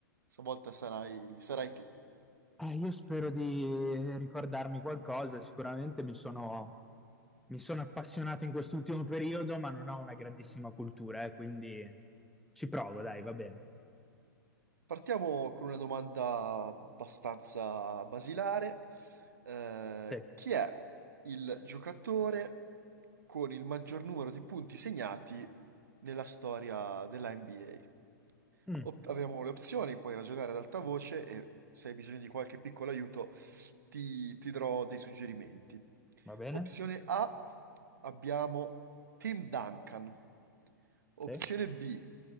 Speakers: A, on the right (about 65°); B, in the centre.
A: Stavolta sarai, sarai tu.
B: Eh, io spero di ricordarmi qualcosa, sicuramente mi sono, mi sono appassionato in quest'ultimo periodo, ma non ho una grandissima cultura, eh, quindi ci provo, dai, va bene.
A: Partiamo con una domanda abbastanza basilare. Eh,
B: Sì.
A: chi è il giocatore con il maggior numero di punti segnati nella storia della NBA?
B: Mm.
A: Opt- avremo le opzioni, puoi ragionare ad alta voce e se hai bisogno di qualche piccolo aiuto ti, ti darò dei suggerimenti.
B: Va bene?
A: Opzione A, abbiamo Tim Duncan. Opzione
B: Sì,
A: B,